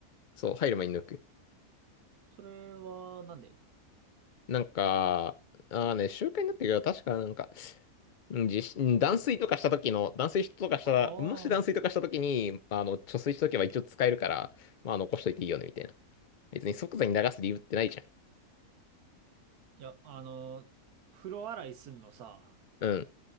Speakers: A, on the left (about 85°); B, on the right (about 75°).
A: そう、入る前に抜く。
B: それは、なんで
A: なんか、ああね、習慣になってるけど、確かなんか、うん地震断水とかした時の、
B: ああいうことなんの
A: 断水とかしたら、
B: あ
A: もし断水とかした時に、
B: あー。
A: あの、貯水しとけば一応使えるから、まあ残しといていいよね、みたいな。別に即座に流す理由ってないじゃん。
B: いや、あの、風呂洗いすんのさ、
A: うん。